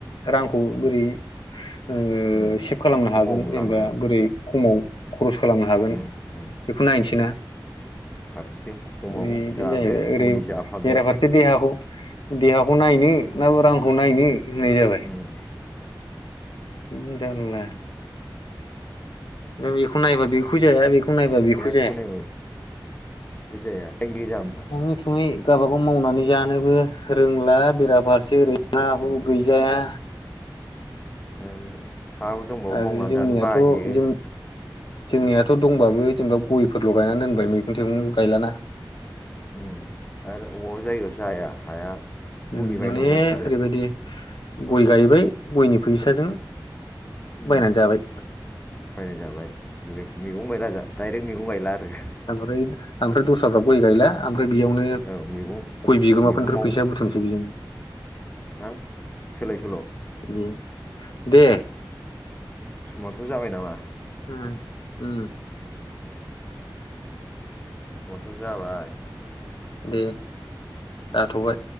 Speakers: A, on the left (about 75°); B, on the left (about 20°).
A: रांखौ बोरै ओ
B: औ
A: सेभ खालामनो
B: खमावब्लानो
A: हागोन जेनेबा बोरै खमाव खरस खालामनो हागोन
B: उम उम
A: बेखौ नायनोसै ना।
B: फारसेथिं खमाव
A: बिदिनो
B: जादो
A: जाहैबाय ओरै
B: मुलि जाफादो।
A: <unintelligible> देहाखौ देहाखौ नायनो ना रांखौ नायनो होननाय जाबाय।
B: ओम।
A: <inaudible> जारला। दा बेखौ नायबा बेखौ जाया बेखौ नायबा
B: बेहा
A: जाया
B: बेखौ नाय <inaudible> जाया <inaudible>
A: थाङै थुङै गावबागाव मावनानै जानोबो रोंला। बेराफारसे ओरै हा
B: रोंला
A: हु गैजाया।
B: ओ हा हु दंबाबो
A: आरो
B: मावना
A: जोंनियाथ'
B: जानो बायो।
A: जों जोंनियाथ' दंबाबो जेनेबा गयफोरल' गायनानै दोनबाय मैगं थाइगं गायलाना।
B: ओम आरो अबा जायगायाव जाया हाया। मुलि
A: ओम
B: बायनांगौ
A: माने
B: जाथारो
A: ओरैबायदि गय गायबाय गयनि फैसाजों
B: उम
A: बायनानै जाबाय
B: बायना जाबाय, बेबायदि मैगं गायला दाइरेक्ट मैगं गायला आरो।
A: आमफ्राय आमफ्राय दस्राफ्रा गइ गायला। आमफ्राय बियावनो
B: औ मैगं
A: गइ बिगोमाफोरनिफ्राय
B: मैगं
A: फैसा बुथुमसै बिजोंनो।
B: थां सोलाय सोल'
A: उम दे।
B: समाथ' जाबाय नामा?
A: उम उम।
B: समाथ' जाबाय।
A: दे जाथ'बाय।